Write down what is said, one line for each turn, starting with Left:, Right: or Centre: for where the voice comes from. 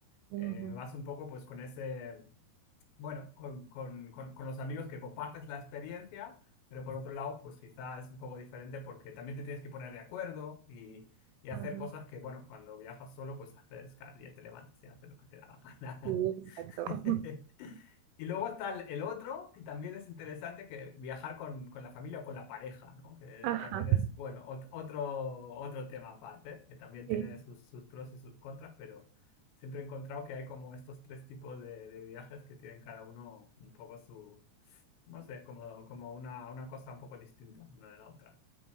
Right: ujú,
Left: eh, vas un poco pues con ese bueno, con, con, con, con los amigos que compartes la experiencia, pero por otro lado, pues quizá es un poco diferente porque también te tienes que poner de acuerdo y, y hacer
Right: ajá,
Left: cosas que, bueno, cuando viajas solo, pues haces cada día te levantas y haces lo que te da la gana.
Right: sí, exacto.
Left: <laughs>
Right: <laughs>
Left: Y luego está el el otro, que también es interesante, que viajar con, con la familia o con la pareja, ¿no? Que
Right: Ajá,
Left: también es, bueno, ot- otro, otro tema aparte, que también
Right: sí.
Left: tiene sus, sus pros y sus contras, pero siempre he encontrado que hay como estos tres tipos de, de viajes que tienen cada uno un poco su, no sé, como, como una, una cosa un poco distinta una de la otra.